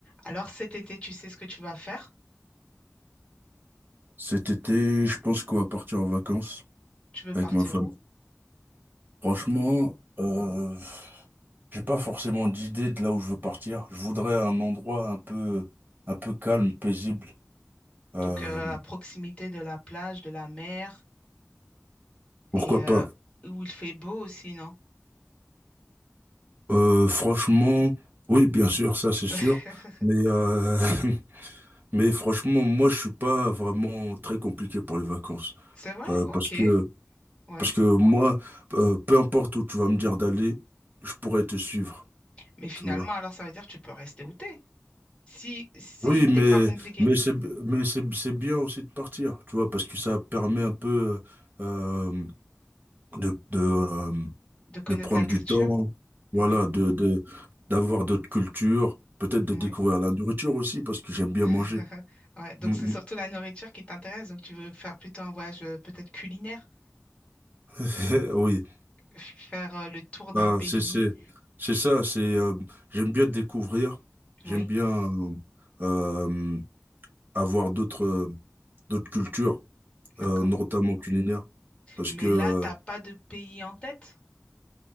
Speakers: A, on the left (about 20°); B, on the right (about 40°).
A: Alors cet été, tu sais ce que tu vas faire?
B: Cet été, je pense qu'on va partir en vacances
A: Tu veux partir
B: avec ma famille.
A: où?
B: Franchement, euh, j'ai pas forcément d'idée de là où je veux partir. Je voudrais un endroit un peu, un peu calme, paisible. Euh,
A: Donc euh, à proximité de la plage, de la mer
B: pourquoi
A: et euh,
B: pas?
A: où il fait beau aussi, non?
B: Euh, franchement, oui, bien sûr, ça c'est sûr.
A: <laughs>
B: Mais euh, <laughs> mais franchement, moi je suis pas vraiment très compliqué pour les vacances
A: C'est vrai,
B: Euh,
A: ok,
B: parce que
A: ouais.
B: parce que moi, euh, peu importe où tu vas me dire d'aller, je pourrais te suivre.
A: Mais finalement,
B: Tu vois.
A: alors ça veut dire que tu peux rester où t'es. Si si
B: Oui, mais,
A: t'es pas compliqué
B: mais c'est, mais c'est, c'est bien aussi de partir, tu vois, parce que ça permet un peu euh, euh, de, de, euh,
A: de connaître
B: de prendre
A: la culture,
B: du temps, voilà,
A: oui,
B: de, de, d'avoir d'autres cultures, peut-être de
A: oui.
B: découvrir la nourriture aussi, parce que j'aime bien
A: <laughs>
B: manger.
A: Ouais, donc
B: Mm,
A: c'est surtout la nourriture qui t'intéresse. Donc tu veux faire plutôt un voyage euh, peut-être culinaire,
B: mm. <laughs> Oui,
A: faire euh, le tour d'un
B: Ah,
A: pays.
B: c'est, c'est, c'est ça, c'est, euh, j'aime bien découvrir, j'aime
A: Oui,
B: bien euh, euh, avoir d'autres euh, d'autres cultures,
A: d'accord.
B: euh, notamment culinaires, parce
A: Mais
B: que euh,
A: là, t'as pas de pays en tête?